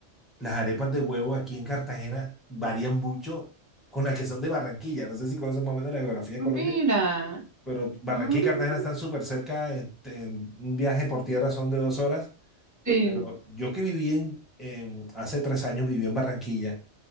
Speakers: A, in the centre; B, on the right.
A: Las arepas de huevo aquí en Cartagena varían mucho con las que son de Barranquilla. No sé si conoces más o menos la geografía de Colombia.
B: mira.
A: pero Barranquilla
B: mm.
A: y Cartagena están súper cerca, este, en un viaje por tierra son de dos horas,
B: Sí.
A: pero yo que viví en, en- hace tres años viví en Barranquilla,